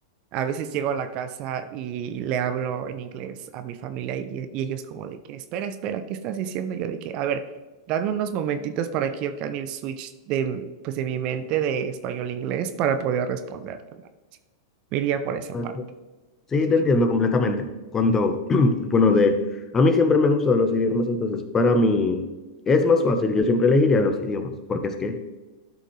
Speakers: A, on the right; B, on the left.
A: a veces llego a la casa y le hablo en inglés a mi familia y, y ellos como de que, espera, espera, ¿qué estás diciendo? Yo de que, a ver, dame unos momentitos para que yo cambie el switch de, m- pues de mi mente de español a inglés para poder responderte. Me iría por esa
B: <laughs>
A: parte.
B: Sí,
A: Sí.
B: te entiendo completamente. Cuando, <clears throat> bueno, de, a mí siempre me han gustado los idiomas, entonces para mí es más fácil, yo siempre elegiría los idiomas, porque es que